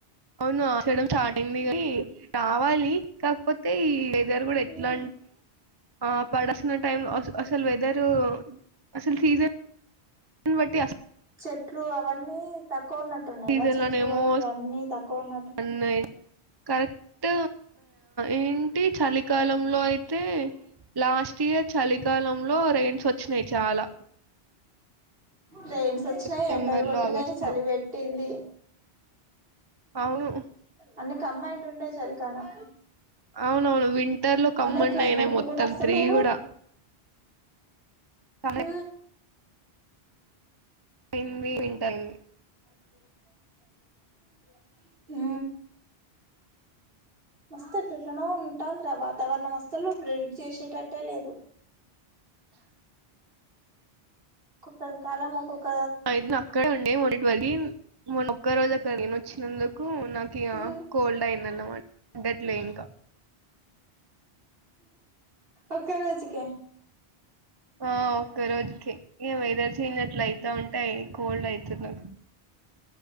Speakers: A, on the right (about 25°); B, on the right (about 65°).
A: అవును ఆషాడం స్టార్టయింది కానీ రావాలి కాకపోతే ఈ వెదర్ కూడా ఎట్లా
B: ఉమ్
A: అ పడాల్సిన టైమ్ లో అసలు వెదర్ అసలు సీజన్ దీని బట్టి అసల్
B: చెట్లు అవన్నీ తక్కువ ఉన్నట్టున్నాయరా
A: సీజన్
B: చెట్లు
A: లోనేమో
B: అవి ఇవన్నీ తక్కువ ఉన్నట్టున్నాయ్
A: సన్ కరెక్ట్ ఏంటి చలికాలంలో అయితే లాస్ట్ ఇయ్యర్ చలికాలంలో రెన్స్ వచ్చినాయ్ చాలా
B: రెన్స్ వచ్చినాయి
A: సెప్టెంబర్
B: ఎండలు కొట్టినయి
A: లో ఆగస్ట్
B: చలి
A: లో
B: పెట్టింది
A: అవును
B: అన్నీ కమ్మాండ్ ఉండే చలికాలం
A: అవునవును వింటర్ లో కమ్మన్
B: అయినా క్లైమేట్
A: అయినాయి మొత్తం
B: గూడా అసలు
A: త్రీ కూడా చాలా
B: ఉ
A: తిండి తింటల్
B: <inaudible> <inaudible> ఉ మస్త్ అట్లా ఎట్లనో ఉంటానంది రా వాత వాతావరణం అస్తలు ప్రొరెడ్ చేసేటట్టె లేదు కొక్క కాలమ ఓకొక్క
A: అయితే అక్కడే ఉండే <unintelligible> వరి మొన్న ఒక్క రోజు అటెల్లి వచ్చినందుకు నాకు ఇక
B: హ్మ్
A: కోల్డ్ అయిందన్నమాట గట్లే ఇంకా
B: ఒక్క రోజుకే
A: ఆ ఒక్క రోజుకి ఏ వెదర్ చేజ్ అట్ల అయితా ఉంటే కోల్డ్ అయితాది నాకు